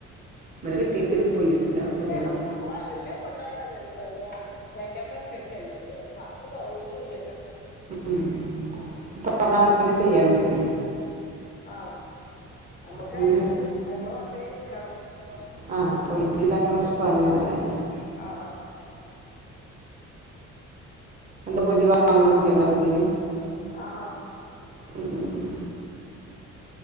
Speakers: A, on the right; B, on the left.
A: <unintelligible> കിട്ടിക്ക്ണ് പൊതിഞ്ഞിട്ടില്ല
B: പിന്നെ
A: പൊതിയണം
B: എല്ലാം കൊണ്ടോ പോണ്ടല്ലോ ല്ലേ ടൈം ടേബിൾ അനുസരിച്ചല്ലേ ക്ലാസ് തുടങ്ങിയിട്ടുണ്ട്
A: ഉം അപ്പൊ പറഞ്ഞാ <unintelligible> അങ്ങനെ ചെയ്യാനും പറ്റുവെയ്
B: ആഹ് നമ്മക്കായാലും
A: അങ്ങനെ
B: അയിമേ കുറച്ചേരം ഇരിക്കണം
A: ആഹ് <unintelligible>
B: ആഹ്
A: എന്താ പൊതി വാങ്ങണ പൊതിയൊണ്ട പൊതിയല്
B: ആഹ് ആഹ്
A: ഉം ഉം ഉം